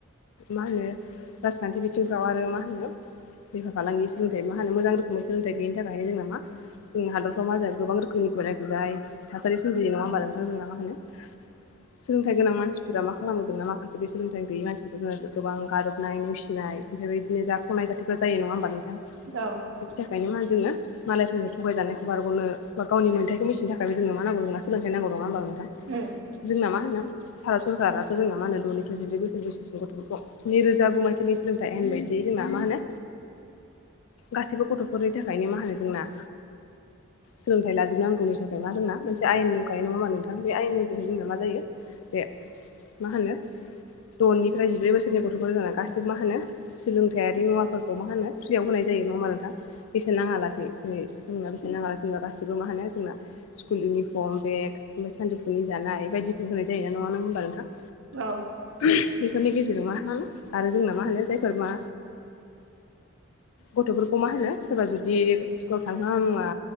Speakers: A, on the left; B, on the right.
A: मा होनो राजखान्थि बिथिंफ्राव आरो मा होनो बेफार - फालांगि सोलोंथाइ मा होनो मोजां रोखोमै सोलोंथाइ गैयिनि थाखाय। थायो जोंना मा जोंनि हादरफ्राव मा होनो गोबां रोखोमनि गुलाय - गुजाय थासारि सोमजियो नङा होमबा? जोंना मा होनो सोलोंथाइ गोनां मानसिफोरा मा खालामो जोंना, माखासे बे सोलोंथाइ गैयि मानसिफोरखौ जोङो गोबां गारदबनाय, नेवसिनाय ओमफ्राय बेदिनो जाथावनाङै जाथायफ्रा जायो नङा होमबा नोंथां?
B: औ
A: बेनि थाखायनो मा जोङो मालायफोरनिफ्राय थगायजानायखौ बारग'नो बा गावनि मोन्थाइखौ मिथिनो थाखाय जोंनो मा नांगौ होमबा, सोलोंथाइ नांगौ नङा होमबा?
B: औ
A: जोंना मा होनो भारत सरकाराथ' जोंना मा होनो, द'निफ्राय जिब्रै बोसोर बैसोसिन गथ'फोरखौ नै रोजा गु मायथाइनि सोलोंथाइ आयेन बायदि <unintelligible> जों मा होनो
B: <inaudible>
A: गासैबो गथ'फोरनि थाखायनो मा होनो जोंना
B: <inaudible>
A: सोलोंथाइ लाजोबनांगौनि थाखाय मा, जोंना मोनसे आयेन दंखायो नङा होमा नोंथां? बे आयेननि जहै जोंना मा जायो बेे मा होनो द'निफ्राय जिब्रै बोसोरनि गथ'फोर जानाय गासिबो मा होनो सोलोंथायारि मुवाफोरखौ मा होनो फ्रियाव होनाय जायो नङा होमबा नोंथां? बेसेन नाङा लासेै। जेरै जोंना बेसेन नाङालासे होनबा मा होनो जोंना गासिबो, मा होनो जोंना स्कुल इउनिफर्म, बेग ओमफ्राय सानजौफुनि जाना <unintelligible> बायदिफोर होनाय जायो नङा होमबा नोंथां?
B: औ।
A: बेफोरनि गेजेरजों मा खालामो आरो जोंना मा होनो जायफोर मा गथ'फोरखौ मा होनो सोरबा जुदि इस्कुलाव थांहोवा मुवा